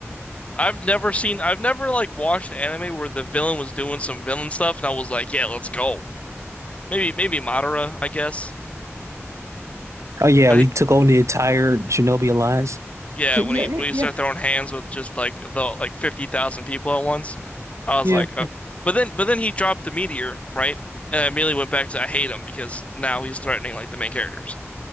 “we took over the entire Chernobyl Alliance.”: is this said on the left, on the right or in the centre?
Right